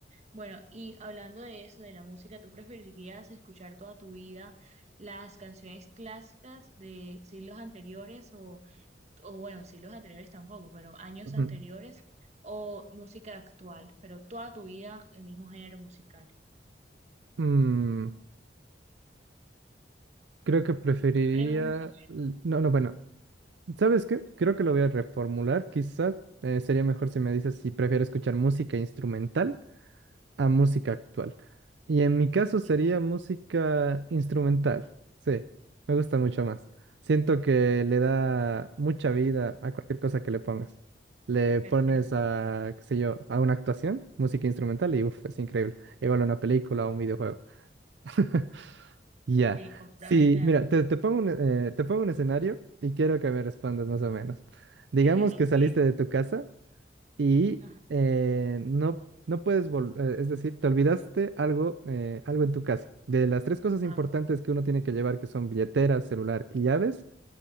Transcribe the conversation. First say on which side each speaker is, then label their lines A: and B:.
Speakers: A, on the right; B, on the right.
A: Bueno, y hablando de eso, de la música, ¿tú preferirías escuchar toda tu vida las canciones clásicas de siglos anteriores o, o bueno, siglos anteriores tampoco, pero años
B: Ujú.
A: anteriores o música actual, pero toda tu vida el mismo género musical?
B: Mm, creo que preferiría...
A: Pregunta,
B: l- No, no, bueno. ¿Sabes qué? Creo que lo voy a reformular. Quizá eh, sería mejor si me dices si prefiero escuchar música instrumental a música actual. Y en mi caso sería
A: ¿sí?
B: música instrumental. Sí, me gusta mucho más. Siento que le da mucha vida a cualquier cosa que le pongas. Le
A: Perfecto.
B: pones a, qué sé yo, a una actuación, música instrumental y uff, es increíble. Igual a una película o un videojuego. <laughs> Ya.
A: Sí, completamente
B: Sí,
A: de
B: mira,
A: acuerdo.
B: te, te pongo un, eh, te pongo un escenario y quiero que me respondas más o menos. Digamos
A: <laughs> Ok.
B: que saliste de tu casa y
A: Ajá.
B: eh, no, no puedes volver, es decir, te olvidaste algo, eh, algo en tu casa. De las tres cosas
A: Ajá.
B: importantes que uno tiene que llevar, que son billetera, celular y llaves,